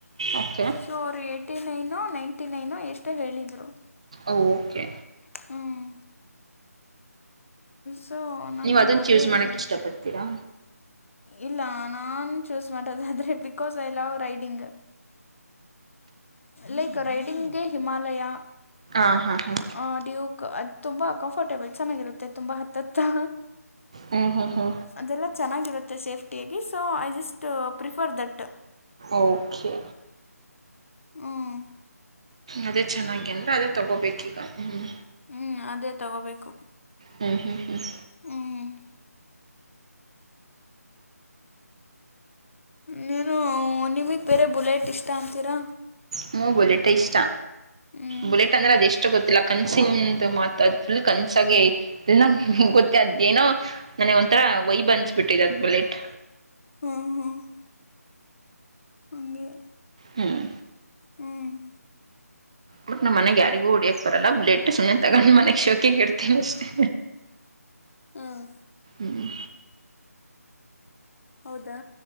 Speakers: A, on the right; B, on the left.
A: ಓಕೆ
B: ಸೋ ಅವ್ರ ಹೇಳ್ ಏಟಿ ನೈನೋ ನೈಂಟಿ ನೈನೋ ಎಷ್ಟೋ ಹೇಳಿದ್ರು
A: ಓಕೆ.
B: ಹ್ಮ್ ಸೊ ನಾನು
A: ನೀವು ಅದನ್ನು
B: ಅದೇ
A: ಚೂಸ್ ಮಾಡೋಕ್ಕೆ
B: ಹೇಳ್
A: ಇಷ್ಟಪಡ್ತೀರಾ
B: ಇಲ್ಲಾ ನಾನ್ ಚೂಸ್ ಮಾಡೋದಾದ್ರೆ because I love riding. Like ರೈಡಿಂಗ್ಗೆ ಹಿಮಾಲಯ
A: ಹಾ ಹ ಹ
B: ಆ ಡ್ಯೂಕ್ ಅದ್ ತುಂಬಾ ಕಂಫರ್ಟೇಬಲ್ ಚೆನ್ನಾಗಿರುತ್ತೆ ತುಂಬಾ ಹತ್ತತ್ತ
A: ಹು ಹು ಹು
B: ಅದೆಲ್ಲಾ ಚೆನ್ನಾಗಿರುತ್ತೆ ಸೇಫ್ಟಿಯಾಗಿ so I just prefer that.
A: Okay
B: ಹ್ಮ್
A: ಅದೇ ಚೆನ್ನಾಗಿ ಅಂದ್ರೆ ಅದೇ ತೊಗೋಬೇಕೀಗ ಹ್ಮ.
B: ಹ್ಮ್ ಅದೇ ತಗೋಬೇಕು.
A: ಹ್ಮ್ ಹ್ಮ್ ಹ್ಮ್
B: ಹ್ಞೂ ನೀನು ನಿಮಿಗ್ ಬೇರೆ ಬುಲೆಟ್ ಇಷ್ಟಾ ಅಂತೀರಾ
A: ಹೂ ಬುಲೆಟೆ ಇಷ್ ಟ
B: ಹ್ಞೂ
A: ಬುಲೆಟ್ ಅಂದ್ರೆ ಅದ ಎಷ್ಟೋ ಗೊತ್ತಿಲ್ಲ ಕನ್ಸಿಂದು ಮಾತು ಅದು ಫುಲ್ ಕನ್ಸಾಗಿ ಐ ಇಲ್ಲ ಗೊತ್ತ ಅದ್ ಏನೋ ನನಗ್ ಒಂಥರ ವೈಬ್ ಅನಸ್ಬಿಟ್ಟಿದೆ ಅದ್ ಬುಲೆಟ್
B: ಹ್ಮ್ ಹ್ಮ್. ಹಂಗೆ
A: ಹ್ಮ್.
B: ಹ್ಮ್.
A: ಬಟ್ ನಮ್ ಮನೆಗ್ ಯಾರಿಗೂ ಹೊಡಿಯಕ್ ಬರಲ್ಲ ಬುಲೆಟ್ ಸುಮನೆ ತಗೊಂಡ್ ಮನೆಗ್ ಶೋಕಿಗ್ ಇಡ್ ತ್ತಿವ್ ಅಷ್ಟೇ
B: ಹ್ಮ.
A: ಹ್ಮ
B: ಹೌದಾ